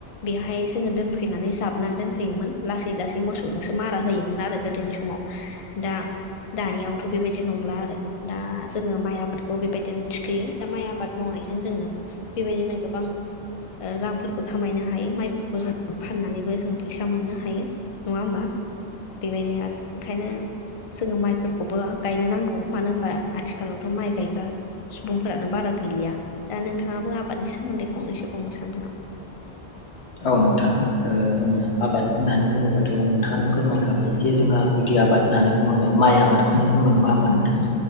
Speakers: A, on the left (about 40°); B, on the left (about 80°).
A: बेहाय जोङो दोनफैनानै जाबनानै दोनफैयोमोन लासै लासै मोसौजोंसो मारा होयोमोन आरो गोदोनि समाव। दा दानियावथ' बेबायदि नंला आरो। दा जोङो माइ आबादखौ बेबायदिनो थिखोयो दा माइ आबाद मावनायजों जोङो बेबायदिनो गोबां ओ रांफोरबो खामायनो हायो माइफोरखौ जों फाननानैबो जों फैसा मोननो हायो। नङा होमबा बेबायदि आरो ओंखायनो जोङो माइफोरखौबो गायनो नांगौ मानो होनबा आथिखालावथ' माइ गायग्रा सुबुंफोरानो बारा गैलिया दा नोंथाङाबो आबादनि सोमोन्दै फंनैसो बुंनो सानदों नामा
B: औ नोंथां ओ जोङो आबाद होननानै बुङोबाथ' नोंथाङानो फोरमायखाबाय जे जोंहा गुदि आबाद होननानै बुङोबा माइ आबादखौनो बुंनो नङा होमबा नोंथां